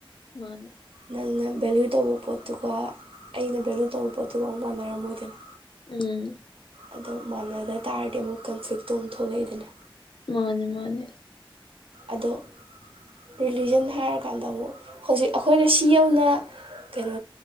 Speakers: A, on the left; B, on the right.
A: ꯃꯥꯅꯦ
B: ꯅꯪ ꯕꯂ ꯚ ꯇꯧꯕ ꯄꯣꯠꯇꯨꯒ ꯑꯩꯅ ꯚꯦꯂꯨ ꯇꯧꯕ ꯄꯣꯠꯇꯨꯒ ꯑꯃꯨꯛ ꯃꯥꯟꯅꯔꯝꯃꯣꯏꯗꯅ
A: ꯎꯝ
B: ꯑꯗꯣ ꯃꯥꯟꯅꯗ ꯇꯥꯔꯗꯤ ꯑꯃꯨꯛ ꯀꯟꯐ꯭ꯂꯤꯛꯇꯣ ꯑꯃꯨꯛ ꯊꯣꯛꯂꯛꯏꯗꯅ
A: ꯃꯥꯅꯦ ꯃꯥꯅꯦ
B: ꯑꯗꯣ ꯔꯤꯂꯤꯖꯟ ꯍꯥꯏꯔꯀꯥꯟꯗ ꯑꯃꯨꯛ ꯍꯧꯖꯤꯛ ꯑꯩꯈꯣꯏꯅ ꯁꯤ ꯌꯧꯅ ꯀꯩꯅꯣ